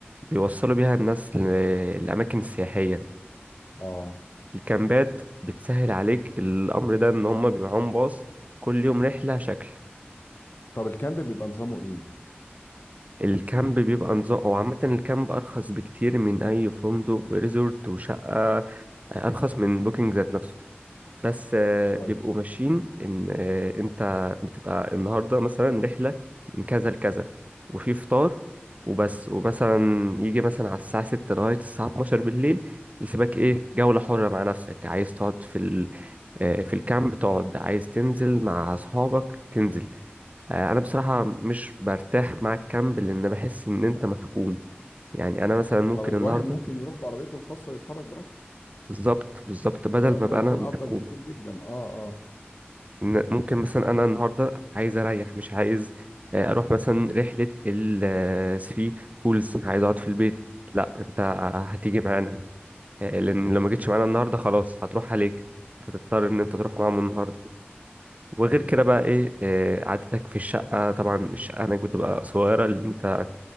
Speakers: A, on the right; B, on the left.
A: بيوصلوا بيها الناس للاماكن السياحيه
B: اه
A: الكامبات بتسهل عليك الامر ده ان هم بيبقى معاهم باص كل يوم رحله شكل
B: طب الكامب بيبقى نظامه إيه
A: الكامب بيبقى نظام او عامه الكامب ارخص بكتير من اي فندق وريزورت وشقه ارخص من بوكينج ذات نفسه بس آه،
B: كويس
A: بيبقوا ماشيين ان آه، انت بتبقى النهارده مثلا رحله من كذا لكذا وفي فطار وبس ومثلا يجي مثلا على الساعه 6 لغايه الساعه 12 بالليل يسيبك ايه جوله حره مع نفسك عايز تقعد في ال... آه، في الكامب تقعد عايز تنزل مع اصحابك تنزل آه، انا بصراحه مش برتاح مع الكامب لان بحس ان انت محكوم يعني انا مثلا ممكن
B: طب الواحد
A: النهارده
B: ممكن يروح بعربيته الخاصة ويتحرك براحته
A: بالظبط بالظبط بدل
B: فده
A: ما بقى
B: هيكون
A: انا محكوم
B: أفضل بكتير جدا اه اه
A: إن ممكن مثلا انا النهارده عايز اريح مش عايز آه، اروح مثلا رحله الثري بولز عايز اقعد في البيت لا انت هتيجي معانا آه، لان لو ما جيتش معانا النهارده خلاص هتروح عليك هتضطر ان انت تروح معاهم النهارده وغير
B: ايوه
A: كده بقى ايه آه، قعدتك في الشقه طبعا الشقه هناك بتبقى صغيره اللي انت